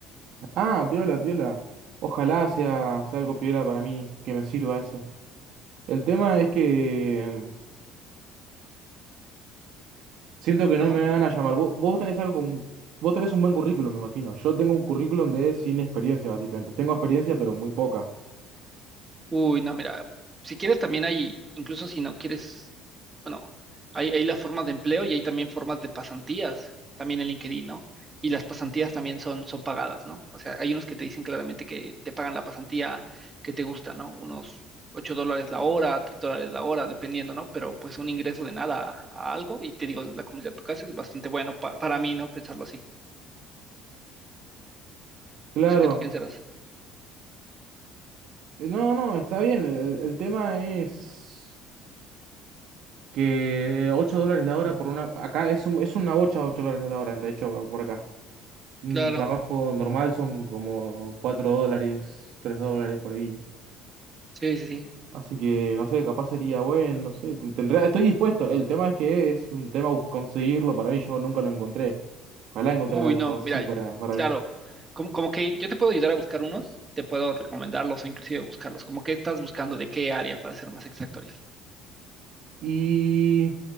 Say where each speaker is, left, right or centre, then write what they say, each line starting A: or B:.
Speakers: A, on the right (about 65°); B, on the right (about 25°).
A: Ah, piola, piola. Ojalá sea, sea algo piola para mí, que me sirva eso. El tema es que em, Siento que no
B: Ajá.
A: me van a llamar. Vos, vos tenés algo como un- vos tenés un buen currículum, me imagino. Yo tengo un currículum de sin experiencia, básicamente. Tengo experiencia, pero muy poca.
B: Uy, no, mira, si quieres también hay, incluso si no quieres, bueno, hay, hay las formas de empleo y hay también formas de pasantías, también en LinkedIn, ¿no? Y las pasantías también son, son pagadas, ¿no? O sea, hay unos que te dicen claramente que te pagan la pasantía que te gusta, ¿no? Unos 8 dólares la hora, 3 dólares la hora, dependiendo, ¿no? Pero pues un ingreso de nada a algo y te digo, la comunidad de tu casa es bastante bueno pa- para mí, ¿no? Pensarlo así.
A: Claro.
B: No sé qué tú piensas.
A: Eh, No, no, está bien. El, el tema es que 8 dólares la hora por una... Acá es, un- es una bocha 8 dólares la hora, de hecho, por acá. Un
B: Claro,
A: trabajo normal son como 4 dólares, 3 dólares por ahí.
B: sí, sí, sí.
A: Así que, no sé, capaz sería bueno, no sé. ten- tendría- estoy dispuesto. El tema es que es un tema bus- conseguirlo para mí. Yo nunca lo encontré. Ojalá encontrar
B: Uy,
A: algo
B: no,
A: así
B: mira,
A: para, para
B: claro,
A: mí.
B: como, como que yo te puedo ayudar a buscar unos, te puedo recomendarlos o inclusive buscarlos, como que estás buscando de qué área para ser más exacto, Ariel.
A: ¿Y